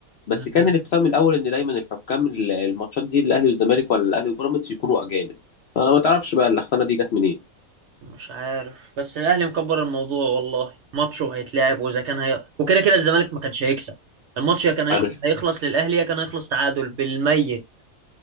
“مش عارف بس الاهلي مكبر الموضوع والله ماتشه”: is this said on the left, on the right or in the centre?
Right